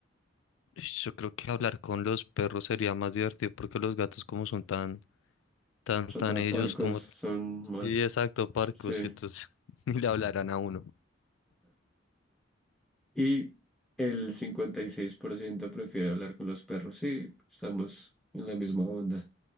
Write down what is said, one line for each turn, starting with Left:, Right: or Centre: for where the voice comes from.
Left: Ish, Yo creo que hablar con los perros sería más divertido porque los gatos como son tan, tan,
Centre: Son
Left: tan
Centre: más
Left: ellos
Centre: parcos,
Left: como...
Centre: son más...
Left: Sí, exacto, parcos,
Centre: Sí.
Left: y entonces <laughs> ni le hablarán a uno.
Centre: Y el 56% prefiere hablar con los perros. Sí, estamos en la misma onda.